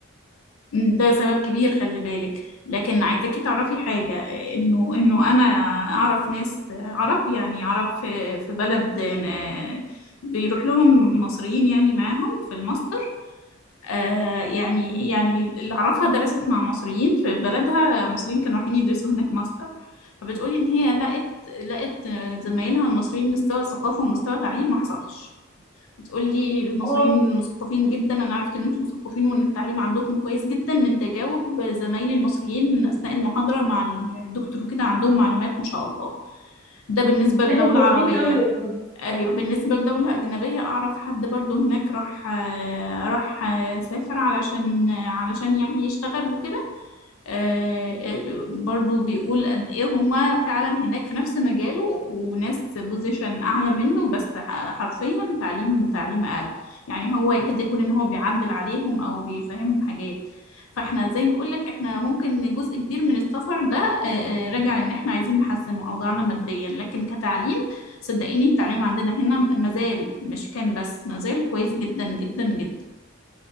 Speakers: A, on the left; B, in the centre.
A: ده سبب كبير خلي بالك لكن عايزاكي تعرفي حاجة انه انه انا اعرف ناس عرب يعني عرب في في بلد آه، بيروح لهم مصريين يعني معاهم في الماستر آه، يعني يعني اللي اعرفها درست مع مصريين في بلدها مصريين كانوا رايحين يدرسوا هناك ماستر فبتقولي ان هي لقت لقت زمايلها المصريين مستوى ثقافة ومستوى تعليم ما حصلش تقول لي المصريين
B: اه
A: مثقفين جدا انا عرفت ان انتم مثقفين وان التعليم عندكم كويس جدا من تجاوب زمايلي المصريين اثناء المحاضره مع الدكتور وكده عندهم معلومات ما شاء الله ده بالنسبه لدوله
B: احنا شاطرين
A: عربيه
B: قوي والله.
A: ايوه بالنسبه لدوله اجنبيه اعرف حد برضو هناك راح آه، راح آه، سافر علشان علشان يعني يشتغل وكده آه، برضو بيقول قد ايه هما فعلا هناك في نفس مجاله وناس بوزيشن اعلى منه بس ح- حرفيا تعليم تعليم اقل يعني هو يكاد يكون ان هو بيعدل عليهم او بيفهمهم حاجات فاحنا زي ما بقولك احنا ممكن جزء كبير من السفر ده آه، آه، راجع لان احنا عايزين نحسن اوضاعنا ماديا لكن كتعليم صدقيني التعليم عندنا هنا مازال مش كان بس مازال كويس جدا جدا جدا